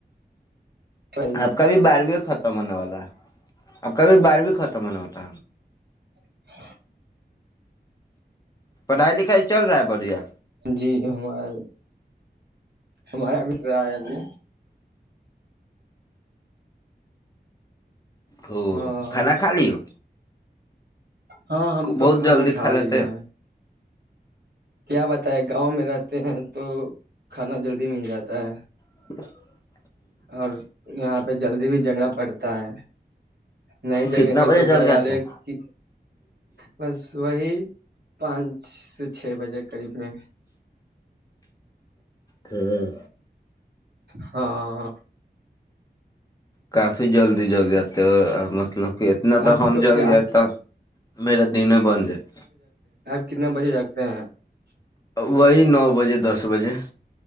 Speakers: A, on the right (about 70°); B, on the left (about 20°).
A: صحیح
B: آپ
A: ہے
B: کا بھی بارویں ختم ہونے والا ہے اب کابھی بارو ختم ہونا ہوتا
A: <inaudible>
B: پڑھائی لکھائی چل رہا ہے بڑھیا
A: جی ہمارے ہمارا بیٹ رہا ہے ابھی
B: ہو
A: ہاں
B: کھانا کھا ل ہو
A: ہاں ہم
B: بہت
A: تو کھانا
B: جلدی
A: کھا
B: لیتے
A: لیے کیا بتاائے گاؤں میں رہتے ہیں تو کھانا جلدی مل جاتا ہے
B: <inaudible>
A: اور یہاں پہ جلدی بھی جگا پڑتا ہے نہیں جگیں
B: کتنا
A: گے
B: بجے
A: تو
B: جگ
A: گھر
B: جاتے
A: والے
B: ہیں
A: کی بس وہی پانچ سے چھ بجے قریب میں
B: ہوں
A: ہاں
B: کافی جلدی جگ جاتے ہو <unintelligible> مطلب کہ اتنا
A: آپ
B: تو ہم
A: کو
B: جگ
A: آپ
B: جائ ت میرا دن بن جائے <unintelligible>
A: کتنے بجے جگتے ہیں <unintelligible>
B: وہی نو بجے دس بجے <unintelligible>